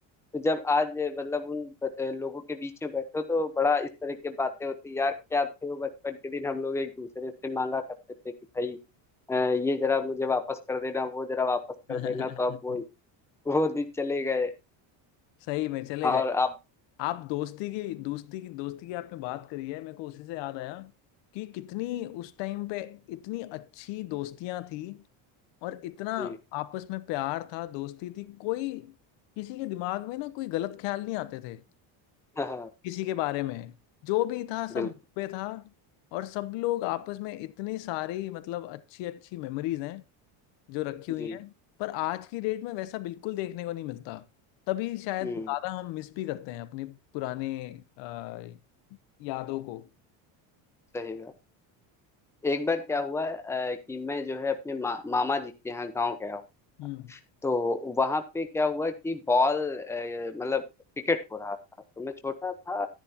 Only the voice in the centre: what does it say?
तो जब आज मतलब उन ब- लोगों के बीच में बैठो तो बड़ा इस तरह की बातें होती हैं। यार क्या थे वो बचपन के दिन हम लोग एक दूसरे से मांगा करते थे कि भाई अ, ये जरा मुझे वापस कर देना वो जरा वापस कर
देना तो अब वो वो दिन चले गए
और
अब
जी
<laughs> हाँ
बिल्कुल
जी
हम्म
सही बात एक बार क्या हुआ अ, कि मैं जो है अपने मा, मामा जी के यहाँ गाँव गया
तो वहां पे क्या हुआ कि बॉल अ, मतलब क्रिकेट हो रहा था तो मैं छोटा था